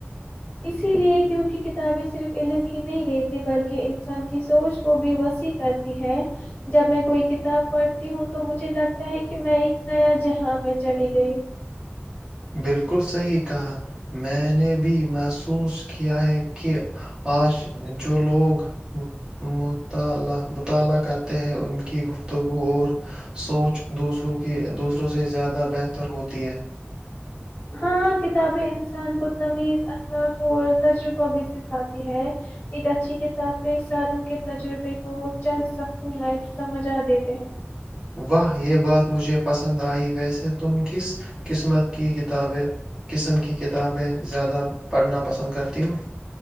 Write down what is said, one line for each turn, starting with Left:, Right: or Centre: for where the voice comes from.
Left: اسی لیے کیونکہ کتابیں صرف علم ہی نہیں دیتی بلکہ انسان کی سوچ کو بھی وسیع کرتی ہے جب میں کوئی کتاب پڑھتی ہوں تو مجھے لگتا ہے کہ میں ایک نیا جہاں میں چلی گئی ہوں
Right: بالکل صحیح کہا میں نے بھی محسوس کیا ہے کہ آج جو لوگ مطالعہ مطالعہ کرتے ہیں ان کی گفتگو اور سوچ دوسروں کی کہ دوسروں سے زیادہ بہتر ر ہوتی ہے
Left: ہاں کتابیں انسان کو تمیز اخلاق اور تجربہ بھی سکھاتی ہے ایک اچھی کتاب پہ سالوں کے تجربے کو چند صفوں میں سمجھا دیتے ہیں
Right: واہ یہ بات مجھے پسند آئی ویسم تم ک کس قسمت کی ک کتابیں قسم کی کتابیں زیادہ پڑھنا پسند کرتی ہوں